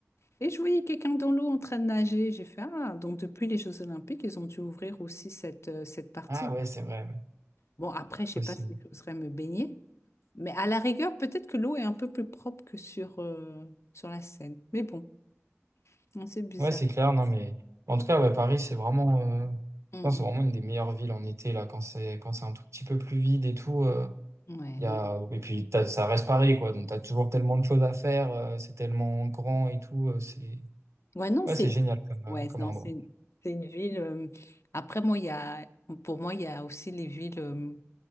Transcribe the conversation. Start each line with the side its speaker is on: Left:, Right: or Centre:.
Left: Et je voyais quelqu'un dans l'eau en train de nager. J'ai fait, ah, donc depuis les Jeux Olympiques, ils ont dû ouvrir aussi cette, euh, cette partie.
Right: Ah ouais, c'est vrai, ouais,
Left: Bon, après, je sais
Right: possible.
Left: pas si j'oserais me baigner, mais à la rigueur, peut-être que l'eau est un peu plus propre que sur, euh, sur la Seine. Mais bon, non, c'est bizarre.
Right: Ouais, c'est clair, non, mais. En tout cas, ouais, Paris, c'est vraiment. euh, je
Left: Mm,
Right: pense que c'est vraiment une des meilleures villes en été, là, quand c'est quand c'est un tout petit peu plus vide et tout. euh,
Left: mm. Ouais,
Right: il
Left: non.
Right: y a... Et puis, t'as- ça reste Paris, quoi. Donc, t'as toujours tellement de choses à faire, euh, c'est tellement grand et tout. euh, c'est...
Left: Ouais, non,
Right: Ouais,
Left: c'est
Right: c'est génial comme,
Left: ouais,
Right: euh, comme
Left: non,
Right: endroit.
Left: c'est une, c'est une ville. euh, Après, moi, il y a, pour moi, il y a aussi les villes, euh,